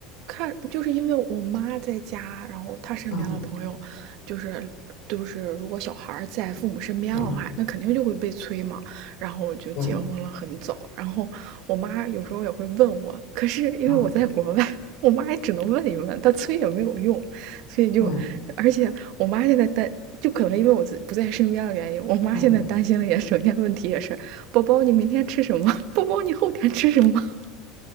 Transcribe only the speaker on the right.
看，就是因为我妈在家，然后她身边的朋友，
就是就是如果小孩儿在父母身边的话，
那肯定就会被催嘛。然后就结婚了很早，
然后我妈有时候也会问我，可是因为我在国外，
我妈也只能问一问，她催也没有用，所以就，
而且我妈现在担，就可能因为我自不在身边的原因，我妈现在担心的也整天问题也是，
宝宝你明天吃什么？<laughs> 宝宝你后天吃什么？